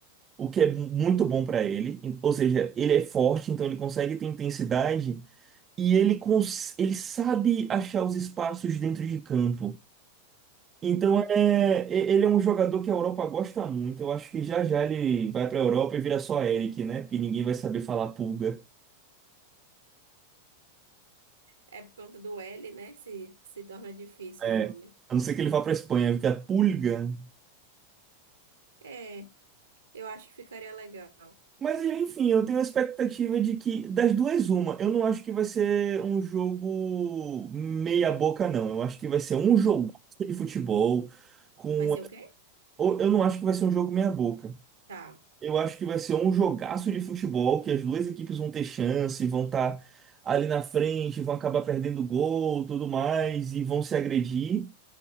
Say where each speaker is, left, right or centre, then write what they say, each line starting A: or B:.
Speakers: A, on the right; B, on the right.
A: o que é muito bom pra ele. Ou seja, ele é forte, então ele consegue ter intensidade e ele, cons ele sabe achar os espaços dentro de campo. Então é, e- ele é um jogador que a Europa gosta muito. Eu acho que já já ele vai pra Europa e vira só Eric, né? Porque ninguém vai saber falar pulga.
B: É por conta do L, né? Se, se torna difícil
A: É.
B: o nome.
A: A não ser que ele vá pra Espanha, fica pulga.
B: É, eu acho que ficaria legal.
A: Mas enfim, eu tenho a expectativa de que, das duas, uma. Eu não acho que vai ser um jogo meia boca, não. Eu acho que vai ser um jogo de futebol com.
B: Vai ser o quê?
A: ou- Eu não acho que vai ser um jogo meia boca.
B: Tá.
A: Eu acho que vai ser um jogaço de futebol que as duas equipes vão ter chance, vão estar ali na frente, vão acabar perdendo gol, tudo mais, e vão se agredir.